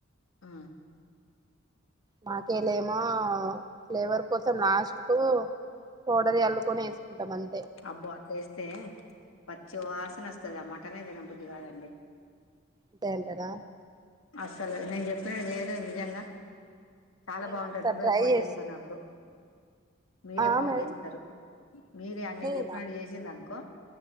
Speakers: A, on the left; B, on the right.
A: ఆ
B: మాకేలేమో ఫ్లేవర్ కోసం లాస్ట్ కు పౌడర్ ఎల్లుకొని వేసుకుంటాంంత
A: అబ్బో అట్లా ఇస్తే మత్ వాసన వస్తాది ఆ మటన్ నే తిన బుద్ది కాదండి
B: ంటేంటార
A: అస్సలు నేను చెప్పినడు చేయరు నిజంగా చాలా
B: నేను
A: బాగుంటాయి
B: ఒకసారి
A: నువ్వే
B: ట్రై
A: ఫోన్
B: చేస్తా
A: చేస్తావు నాకు మీరే
B: ఆ
A: ఫోన్
B: మేడం
A: చేస్తారు మీర నేను
B: నేనా
A: చెప్పినట్ చేసింది అనుకో